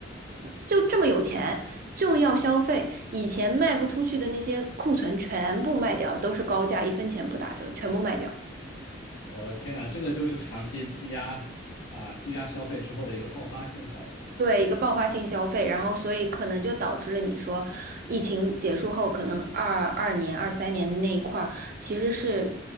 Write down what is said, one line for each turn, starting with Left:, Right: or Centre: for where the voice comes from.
Left: <laughs>
Right: 就这么有钱，就要消费。以前卖不出去的那些库存全部卖掉，都是高价，一分钱不打折，全部卖掉。
Left: 我的天呐，这个就是长期积压啊，积压消费之后的一个爆发性消费。
Right: 对，一个爆发性消费，然后所以可能就导致了你说，疫情结束后，可能二二年、二三年那一块儿其实是，